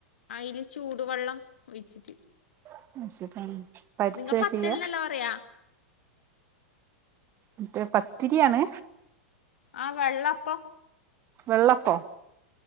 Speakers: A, on the left; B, on the right.
A: അയില് ചൂടുവെള്ളം ഒഴിച്ചിട്ട്
B: <unintelligible>
A: നിങ്ങ പത്തൽന്നല്ല
B: ചെയ്യാ
A: പറയാ
B: മറ്റേ പത്തിരിയാണ്
A: ആഹ് വെള്ളപ്പം
B: വെള്ളപ്പോ